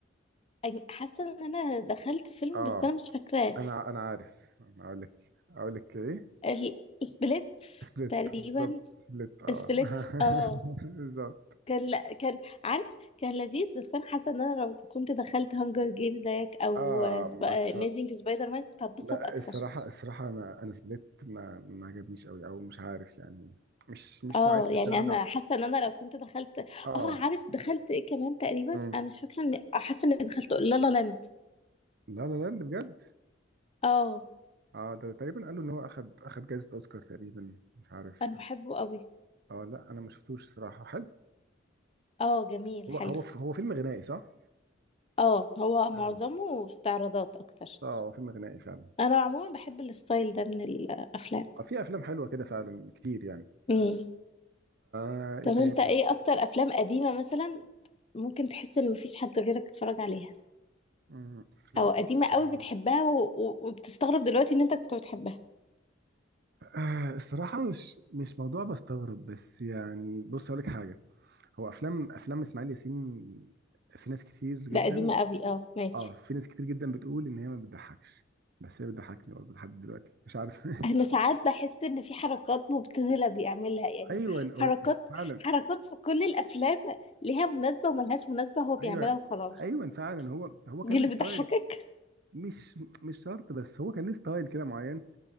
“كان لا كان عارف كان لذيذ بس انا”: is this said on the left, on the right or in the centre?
Left